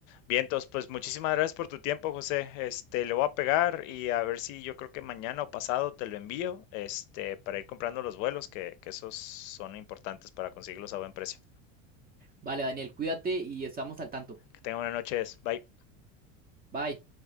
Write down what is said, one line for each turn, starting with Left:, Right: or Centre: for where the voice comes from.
Left: Bien, entonces, pues muchísimas gracias por tu tiempo, José. Este, le voy a pegar y a ver si yo creo que mañana o pasado te lo envío, este, para ir comprando los vuelos, que, que esos son importantes para conseguirlos a buen precio.
Right: Vale, Daniel, cuídate y estamos al tanto.
Left: Que tengan buenas noches. Bye.
Right: Bye.